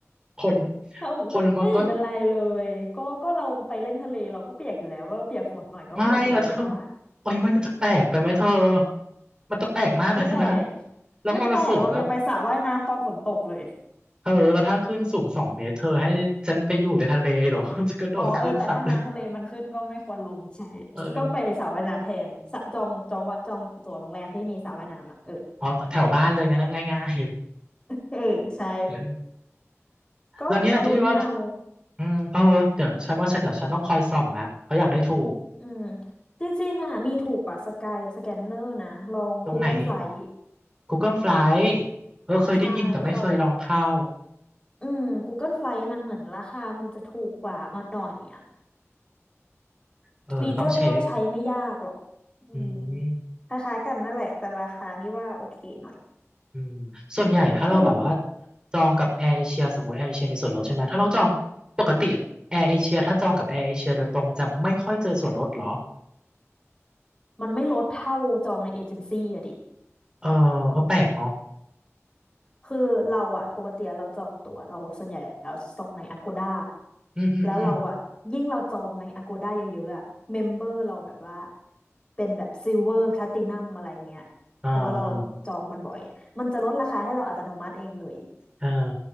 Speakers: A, on the right (about 15°); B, on the left (about 20°).
A: คน
B: เรา
A: คนมันก็
B: ไม่ไม่เห็นเป็นไรเลยก็ก็เราไปเล่นทะเลเราก็เปียกอยู่แล้วก็เปียกฝนหน่อยก็ไม่เห็นเป็นไรเลยปะ
A: ไม่นะเธอ โอ้ยมันมันจะแปลกไปไหมเธอ มันจะแปลกมากเลยนะ
B: ไม่แปลก
A: แล้วมรสุมนะ
B: ไม่แปลกเรายังไปสระว่ายน้ำตอนฝนตกเลย
A: เธอ แล้วถ้าขึ้นสูงสองเมตรเธอให้ฉันไปอยู่ในทะเลเหรอ <laughs> ฉันก็โดนคลื่นซัด
B: อ๋อเออแต่ถ้าน้ำทะเลมันขึ้นก็ไม่ควรลงใช่
A: เออ
B: ก็ไปสระว่ายน้ำแทนสระจองจองวะจองตั๋วโรงแรมที่มีสระว่ายน้ำอ่ะเออ
A: อ๋อแถวบ้านเลยงั้นง่ายง่าย
B: เออใช่
A: ๆเออ
B: ก็ลุ้นเอา
A: แล้วเนี่ยที่ว่าที่อืมเออเดี๋ยวฉันว่าฉันเดี๋ยวฉันต้องคอยส่องละเพราะอยากได้ถูก
B: อืมจริงๆอ่ะมีถูกกว่าสกายสแกนเนอร์นะลอง
A: ตรงไหน
B: Google Flight
A: Google Flight เออเคยได้ยินแต่ไม่เคยลองเข้า
B: ใช่เข้าอืม Google Flight มันเหมือนราคามันจะถูกกว่ามาหน่อยอ่ะ
A: เออต้องเช็ค
B: ฟีเจอร์ก็ใช้ไม่ยากหรอกอืม
A: อืม
B: คล้ายๆกันนั่นแหละแต่ราคานี่ว่าโอเคหน่อย
A: อืมส่วนใหญ่ถ้าเราแบบว่า
B: จริง
A: จองกับแอร์เอเชียสมมติแอร์เอเชียมีส่วนลดใช่ไหมถ้าเราจองปกติแอร์เอเชียถ้าจองกับแอร์เอเชียโดยตรงจะไม่ค่อยเจอส่วนลดเหรอ
B: มันไม่ลดเท่าจองในเอเจนซี่อะดิ
A: เออเออแปลกเนาะ
B: คือเราอะปกติเราจองตั๋วเราส่วนใหญ่เราจองใน Agoda
A: อืมอืมอืม
B: แล้วเราอะยิ่งเราจองใน Agoda เยอะๆอะเมมเบอร์เราแบบว่าเป็นแบบซิลเวอร์ l a ล i ตินัมอะไรเงี้ยเพราะว่าเราจองมันบ่อยมันจะลดราคาให้เราอัตโนมัติเองเลย
A: อ่าอ่าเออ